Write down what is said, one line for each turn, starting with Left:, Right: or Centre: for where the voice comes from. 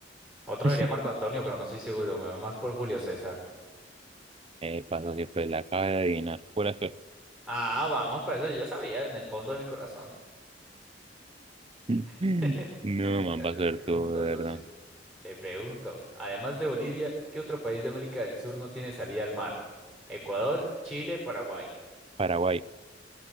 Centre: Otro
Right: <laughs>
Centre: sería Marco Antonio, pero no estoy seguro. Me voy más por Julio César.
Right: Eh, pasó que pues la acaba de adivinar. Pura suerte.
Centre: Ah, vamos, para eso yo ya sabía en el fondo de mi corazón.
Right: <laughs>
Centre: <laughs>
Right: No,
Centre: Bueno,
Right: man, va a ser
Centre: Le pregunto,
Right: tú, de verdad.
Centre: socio, le pregunto, además de Bolivia, ¿qué otro país de América del Sur no tiene salida al mar? Ecuador, Chile, Paraguay.
Right: Paraguay.